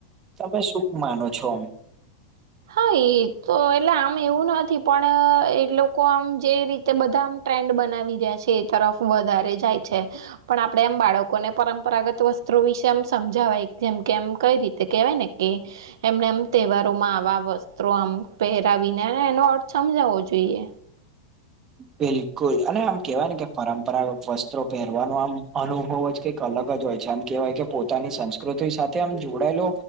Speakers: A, on the right; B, on the right.
A: તમે શું માનો છો.
B: હાં તો એટલે આમ એવું નથી, પણ એ લોકો આમ જે રીતે બધા આ ટ્રેન્ડ બનાવી રહ્યા છે. એ તરફ વધારે જાય છે. પણ આપડે એમ બાળકોને પરંપરાગત વસ્ત્રો વિશે એમ સમજાવાય, જેમ કે એમ કઈ રીતે કેહેવાય ને. કે એમને એમ તહેવારો માં આવા વસ ત્રો આમ પહેરાવીને એનો અર્થ સમજાવવો જોઈએ.
A: બિલકુલ અને આમ કેવાય ને કે પરંપરાગત વસ્ત્રો પહેરવાનો આમ અનુભવ જ કે અલગ જ હોય છે, આમ કેવાય કે પોતાની સંસ્કૃતિ સાથે આમ જોડાયેલો